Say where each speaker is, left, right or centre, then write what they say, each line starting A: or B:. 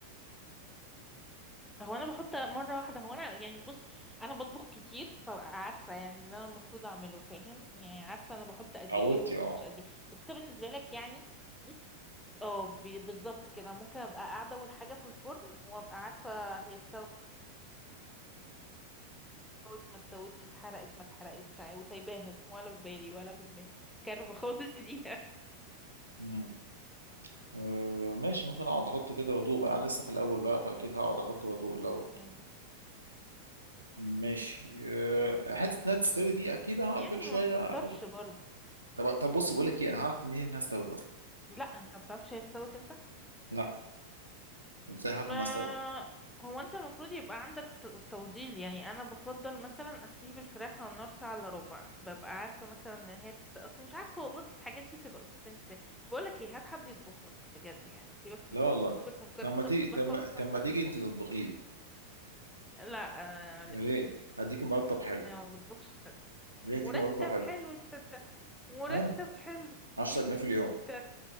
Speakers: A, in the centre; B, on the right.
A: هو انا بحط مره واحده هو انا يعني بص انا بطبخ كتير فعارفه يعني اللي انا المفروض اعمله فاهم يعني عارفه انا بحط قد
B: اتعودتي
A: ايه وبحطش
B: اه
A: قد ايه بس انت بالنسبه لك يعني بص اه بي- بالظبط كده ممكن ابقى قاعده اول حاجه في الفرن وابقى عارفه هي استوت ما استوتش اتحرقت ما اتحرقتش عا- وسايباها <laughs> ولا في بالي ولا في دماغي كارفه <laughs> خالص ليها
B: امم آه، ماشي ممكن اقعد احط كده وادوق بقى انا لسه في الاول بقى فاكيد هقعد احط وادوق الاول
A: مم.
B: ماشي آه، حته انها تستوي دي اكيد هقعد
A: يعني
B: كل شويه
A: ما تكترش
B: اجرب
A: برضو
B: طب طب بص بقول لك ايه انا هعرف منين انها استوت اصلا
A: لا انت ما بتعرفش هي استوت امتى
B: لا ازاي هعرف
A: ما
B: انها استوت
A: هو انت المفروض يبقى عندك ت- تفضيل يعني انا بفضل مثلا اسيب الفراخ على النار ساعة الا ربع ببقى عارفة مثلا ان هي تست... أصل مش عارفة والله أصل الحاجات دي بتبقى بالسنس فيها بقولك ايه هات حد يطبخ لك بجد يعني سيبك
B: لا
A: من
B: والله
A: <laughs> سيبك من كار
B: طب
A: الطبخ
B: ما تيجي
A: ده
B: طب
A: خالص
B: ما
A: ما
B: طب ما
A: حد
B: تيجي
A: يطبخ
B: انت تطبخيه
A: لك <laughs> لا آه، معلش
B: ليه هديكي مرتب حلو
A: انا ما بطبخش حد
B: ليه هديكي
A: مرتب
B: مرتب حلو
A: حلو انت انت مرتب
B: ايوه
A: حلو
B: 10
A: يا ابني
B: جنيه في اليوم
A: انت انت